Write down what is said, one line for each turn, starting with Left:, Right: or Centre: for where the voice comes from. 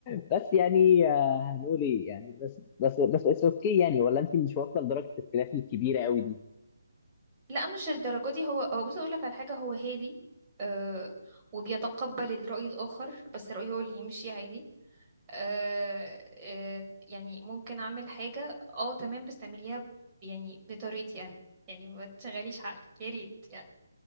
Left: بس يعني آه، هنقول ايه يعني بس بس بس اتس اوكي يعني ولا انت مش واصله لدرجه الاختلاف الكبيره قوي دي
Right: <laughs> لا مش الدرجة دي هو هو بص اقول لك على حاجة هو هادي آه، وبيتقبل الرأي الآخر بس رأيه هو اللي يمشي عادي آه آه يعني ممكن اعمل حاجة اه تمام بس تعمليها ب- يعني بطريقتي انا يعني ما تشغليش عقلك يا ريت يعني